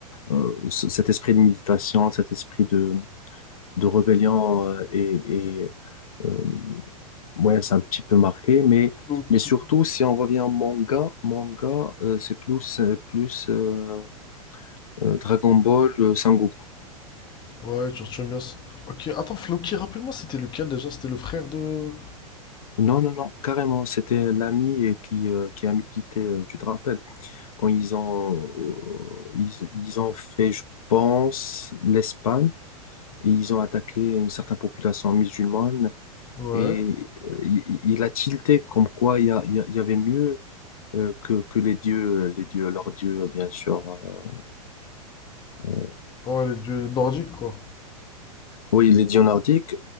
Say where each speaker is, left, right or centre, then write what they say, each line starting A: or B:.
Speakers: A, on the left (about 70°); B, on the left (about 25°).
A: euh, c- cet esprit de méditation, cet esprit de, de rébellion euh, et, et, euh, Ouais, c'est un petit peu marqué, mais,
B: Donc,
A: mais surtout, si on revient au manga, manga, euh, c'est plus, euh, plus euh, euh, Dragon Ball, euh, Sangoku.
B: Ouais, genre tu aimes bien. ce- Ok, attends, Floki, rappelle-moi, c'était lequel déjà? C'était le frère de.
A: Non, non, non, carrément, c'était l'ami euh, qui, euh, qui a milité, euh, tu te rappelles, quand ils ont, euh, ils, ils ont fait, je pense, l'Espagne, et ils ont attaqué une certaine population musulmane,
B: Ouais.
A: et euh, il, il a tilté comme quoi il y, a- il y a- il y avait mieux euh, que, que les dieux, les dieux, leurs dieux, bien sûr. euh, euh,
B: Ouais, les dieux nordiques, quoi.
A: Oui, il est dieu nordique